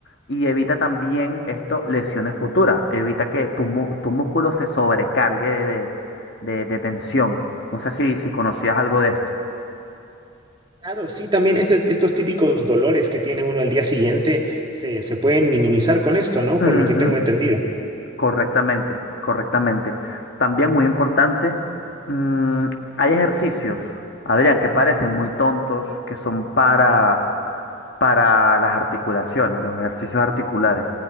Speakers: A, on the left; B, on the right.
A: y evita también esto lesiones futuras. Evita que tu, mu- tu músculo se sobrecargue de, de- de tensión. No sé si, si conocías algo de esto.
B: Claro, sí, también este- estos típicos dolores que tiene uno al día siguiente se, se pueden minimizar con esto, ¿no?
A: Ujú.
B: Por lo que tengo entendido.
A: Correctamente, correctamente. También muy importante, mm, hay ejercicios, Adrián, que parecen muy tontos, que son para, para las articulaciones, los ejercicios articulares.